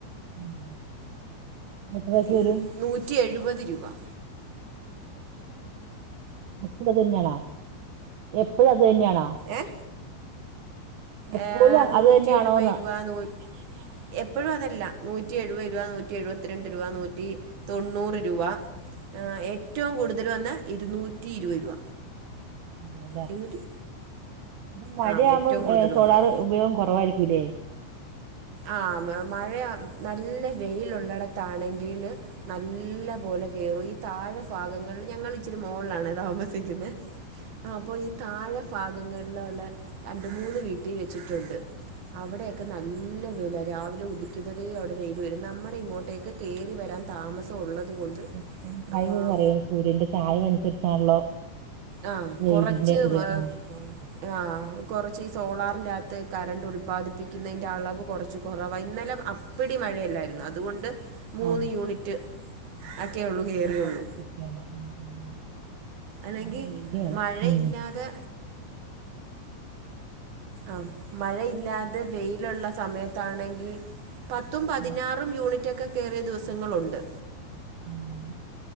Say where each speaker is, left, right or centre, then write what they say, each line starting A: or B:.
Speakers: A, on the right (about 70°); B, on the right (about 55°).
A: ഉം. എത്ര വെച്ച്
B: ഇൻ
A: വരും
B: നൂറ്റി എഴുപത് രൂ <unintelligible>
A: എപ്പഴും അത് തന്നെയാണോ എപ്പഴും അത് തന്നെയാണോ
B: ഏഹ്
A: എപ്പോഴും
B: ഏഹ്
A: അ-
B: നൂറ്റി
A: അത് തന്നെയാണോന്ന്
B: എഴുപത് രൂപ നൂറ്റ് എപ്പഴും അതല്ല നൂറ്റി എഴുപത് രൂപ നൂറ്റി എഴുപത്തിരണ്ട് രൂപ നൂറ്റി തൊണ്ണൂറ് രൂപ ഏറ്റവും കൂടുതൽ വന്നെ ഇരുന്നൂറ്റി ഇരുപത് രൂപ
A: <unintelligible>
B: ഇരുന്നൂറ്റി
A: ഇപ്പം മഴയാവുമ്പം
B: ആ ഏറ്റവും കൂടുതൽ
A: സോളാർ
B: വന്നത്
A: ഉപയോഗം കൊറവായിരിക്കൂല്ലേ
B: ആഹ് മ മഴയി നല്ല വെയിലുള്ളിടത്താണെങ്കില് നല്ല പോലെ കേറു ഈ താഴെ ഫാഗങ്ങളില് ഞങ്ങൾ ഇച്ചിരി മോളിലാണേ താമസിക്കുന്നെ ആഹ് അപ്പൊ ഈ താഴെ ഫാഗങ്ങളിലൊള്ള രണ്ട് മൂന്ന് വീട്ടി വെച്ചിട്ടുണ്ട് അവിടെയൊക്കെ നല്ല നല്ല വെയിലാ രാവിലെ ഉദിക്കുന്നതേ അവിടെ വെയില് വെരും നമ്മടെ ഇങ്ങോട്ടേക്ക് കേറി വരാൻ താമസം ത്തൊള്ളതുകൊണ്ട്
A: തെക്കൻ ചായ്വ്
B: ഏം
A: എന്ന് പറയും സൂര്യന്റെ ചായിവ് അനുസരിച്ചാണല്ലോ
B: ആഹ്
A: വെയിലിന്റെ
B: കൊറച്ച്
A: ഇത്
B: ആഹ്
A: ആ
B: ആഹ് കൊറച്ച് ഈ സോളാറിന്റാത്ത് കറണ്ട് ഉൽപാദിപ്പിക്കുന്നേയിന്റെ അളവ് കൊറച്ച് കൊറവാ ഇന്നലെ അപ്പിടി മഴയല്ലായിരുന്നോ അതുകൊണ്ട് മൂന്ന്
A: ആ.
B: യൂണിറ്റ് ഒക്കെയുള്ളൂ
A: <inaudible>
B: കേറിയുള്ളൂ അല്ലെങ്കി
A: പിന്നെ വെയില് വേണം
B: മഴയില്ലാതെ
A: ഉം
B: ആഹ് മഴയില്ലാതെ വെയിലുള്ള സമയത്താണെങ്കി പത്തും പതിനാറും
A: ഉം,
B: യൂണിറ്റൊക്കെ കേറിയ ദിവസങ്ങളുണ്ട്
A: <unintelligible>